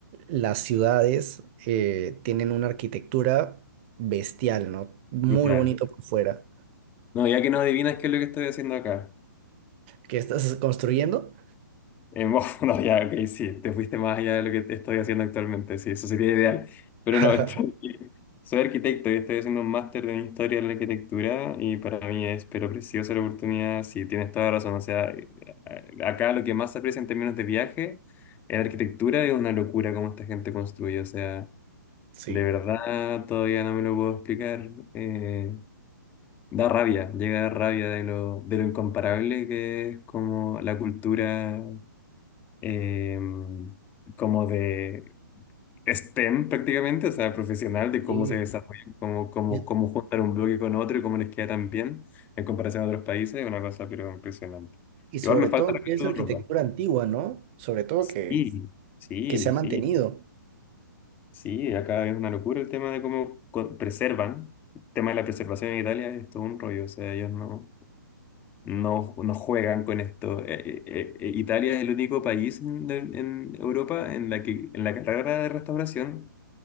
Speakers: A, on the right (about 35°); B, on the left (about 15°).
A: las ciudades eh, tienen una arquitectura bestial, ¿no? Muy
B: brutal.
A: bonito por fuera.
B: No, ya que no adivinas qué es lo que estoy haciendo acá.
A: ¿Qué estás construyendo?
B: Eh, bueno, <laughs> no, ya, ok, sí, te fuiste más allá de lo que te estoy haciendo actualmente, sí, eso sería ideal. Pero
A: <laughs>
B: no, <laughs> estoy- soy arquitecto y estoy haciendo un máster en historia de la arquitectura y para mí es, pero preciosa la oportunidad, sí, tienes toda razón. O sea, eh, acá lo que más se aprecia en términos de viaje en arquitectura es una locura cómo esta gente construye, o sea,
A: Sí.
B: de verdad todavía no me lo puedo explicar. eh, da rabia, llega a dar rabia de lo, de lo incomparable que es como la cultura eh, como de STEM prácticamente, o sea, profesional, de cómo
A: Sí.
B: se desarrollan, cómo, cómo,
A: Y,
B: cómo juntar un bloque con otro y cómo les queda tan bien en comparación a otros países, es una cosa pero impresionante.
A: y sobre
B: Igual me falta
A: todo
B: recorrer
A: que es arquitectura
B: ropa.
A: antigua, ¿no? Sobre todo
B: Sí,
A: que,
B: sí,
A: que se ha mantenido.
B: sí, sí, acá es una locura el tema de cómo co- preservan. El tema de la preservación en Italia es todo un rollo, o sea, ellos no, no, no juegan con esto. Eh, eh, eh, eh, Italia es el único país en, en Europa en la que en la carrera de restauración